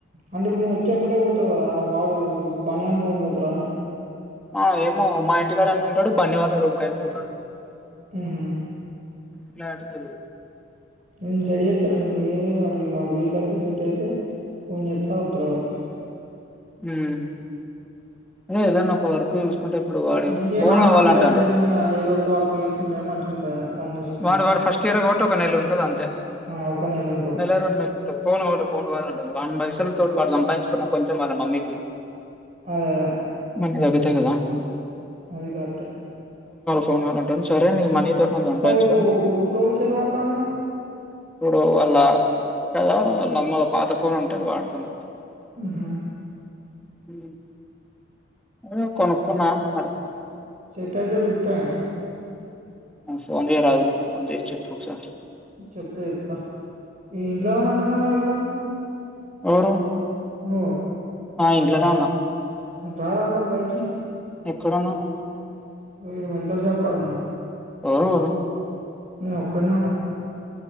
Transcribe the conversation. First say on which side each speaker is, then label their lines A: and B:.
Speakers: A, on the right; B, in the centre.
A: అంటే ఇప్పుడు నువ్వు వచ్చే ఎమ్మటే పోతవు కదా. వాడు బానుగాని రూం పోతాడా అని.
B: ఆ ఏమో మా ఇంటికాడ అన్నా ఉంటడు. బన్నీ వాళ్ళ రూమ్ కైనా పోతడు.
A: ఊహు
B: క్లారీటితో లేదు.
A: నేను సెట్ జేత్తలే నేను పోయి అడి అడు పోయేసరికి సెట్ అయితే ఫోన్చెత్తా ఓత్తడు ఆడు.
B: హ్మ్ అదే ఏదన్నా ఒక వర్కు చూస్ అంటే ఇప్పుడు వాడు
A: ఇగ
B: ఫోన్
A: నాలుగు
B: కావాలంటాడు.
A: నెలలు ఐదు నెలలు ఉంది కదా ఏదో ఒక వర్క్ చేసుకుంటే మంచిగా ఉంటదని పని చూసుకొని
B: వాడు
A: చేత్తే
B: వాడు ఫస్ట్ ఇయర్ కాబట్టి ఒక నెల ఉంటది అంతే.
A: ఆ ఒక ఉంటడు
B: నెల రెండు నెలలు ఉంటంది. ఫోన్ కావాలె ఫోన్ కావాలె వాని పైసలు వాడు సంపాదించుకున్న కొంచెం వాలా మమ్మీకి
A: అదే అదే
B: మంచిగా చదివిబిచ్చే కదా
A: అది కరెక్ట్ఎ
B: కొనాలే సరే నీ మనీ తో నువు సంపాదించుకని
A: ఇప్పుడు ఇప్పుడు ఎవళ సెల్ వాడతాన్నవు
B: ఇప్పుడు వాళ్ళ కదా వాళ్ళమ్మల పాత ఫోన్ ఉంటే అది వాడుతున
A: ఊహు
B: ఉ అదే కొనుక్కున్నా <unintelligible>
A: సెటయితే పిల్తా కానీ
B: ఫోన్ చేయ రాదు నా ఫోన్ చేసి చెప్పు ఒకసారి
A: చెప్తా చెప్తా ఈ ఇంట్లో ఉన్నట్టున్నావ్ గా ఇప్పుడు
B: ఎవరు
A: నువ్వు
B: ఆ ఇంట్లోనే ఉన్నా
A: రారాదు మరి బైటికి
B: ఎక్కడున్నావ్ నువ్వు
A: ఇడా మెడికల్ షాప్ కాడున్నా
B: ఎవరు ఊరు
A: నే ఒక్కనే ఉన్నా